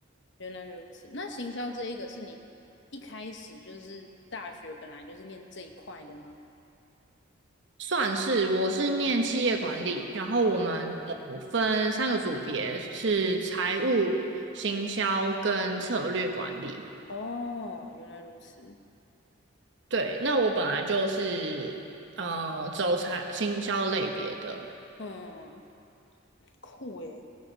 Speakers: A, on the left; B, on the right.
A: 原来如此。那行销这一个是你一开始就是大学本来就是念这一块的吗？
B: 算是，我是念企业管理，然后我们有分三个组别，
A: 嗯，
B: 是财务、行销跟策略管理。
A: 哦，原来如此，
B: 对，那我本来就是呃走财行销类别的。
A: 嗯，酷诶。